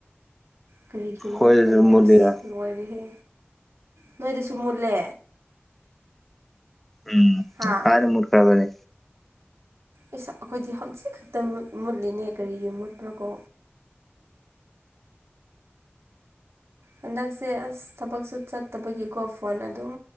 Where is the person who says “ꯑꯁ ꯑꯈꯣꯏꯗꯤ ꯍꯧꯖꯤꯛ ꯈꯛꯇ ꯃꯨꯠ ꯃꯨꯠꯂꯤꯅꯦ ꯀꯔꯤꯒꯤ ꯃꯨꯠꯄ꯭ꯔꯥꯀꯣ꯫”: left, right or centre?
Right